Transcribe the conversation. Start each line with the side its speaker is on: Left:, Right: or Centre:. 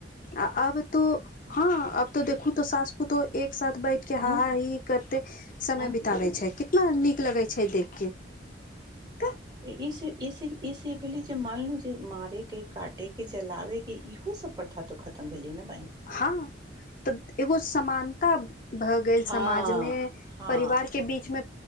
Left: आ अब तो हँ अब तऽ देखू तऽ सास पूतोह एक साथ बैठके
Right: हूँ
Left: हा हा ही ही करते समय
Right: हूँ
Left: बिताबै छै कितना नीक लगै छै देख के तऽ
Right: इसे इसे इसे भेली जे मानलू जे मारे के काटे के जलावे के इहो सब प्रथा खतम भेलै न
Left: हँ तऽ एगो समानता भऽ गेल
Right: हँ
Left: समाज मे
Right: हँ
Left: परिवार के बीच मे